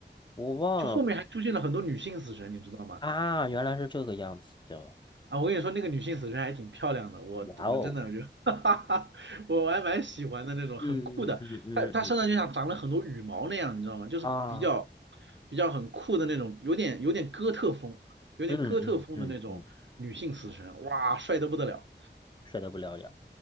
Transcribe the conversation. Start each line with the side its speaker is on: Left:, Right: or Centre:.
Left: 我忘了
Right: 就后面还出现了很多女性死神，你知道吗？
Left: 啊，原来是这个样子的，
Right: 啊，我跟你说，那个女性死神还挺漂亮的，我我真的就，
Left: 哇哦。
Right: <laughs> 哈哈哈，我还蛮喜欢的那种，
Left: 嗯嗯嗯嗯嗯
Right: 很酷的。她她身上就像长了很多羽毛那样，你知道吗？就是比较
Left: 啊，
Right: 比较很酷的那种，有点有点哥特风，有点哥特风的那种女性死神，
Left: 嗯嗯嗯嗯，
Right: 哇，帅得不得了。
Left: 是的，不了解。